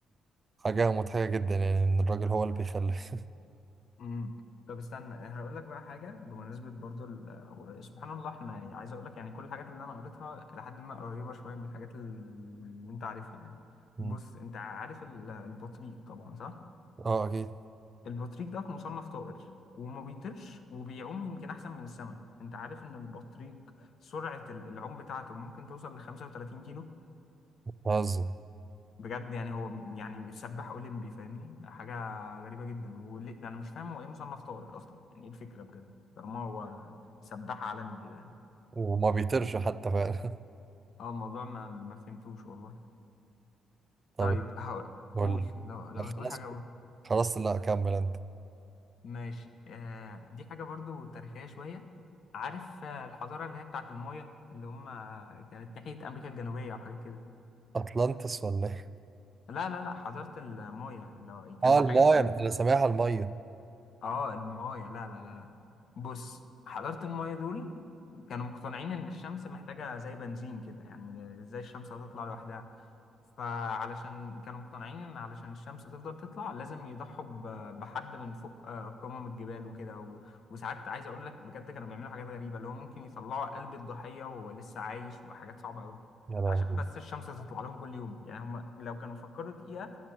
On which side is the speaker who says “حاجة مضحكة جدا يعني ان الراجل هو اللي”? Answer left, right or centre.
Right